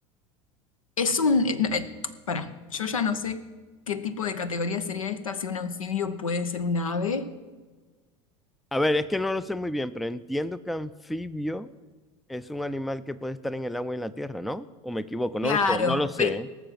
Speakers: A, on the left; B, in the centre.
A: es un... eh, no, eh, pará, yo ya no sé qué tipo de categoría sería esta, si un anfibio puede ser un ave.
B: A ver, es que no lo sé muy bien, pero entiendo que anfibio es un animal que puede estar en el agua y en la tierra, ¿no? ¿O me equivoco? No
A: Claro,
B: lo sé, no lo sé.
A: pero,
B: ¿eh?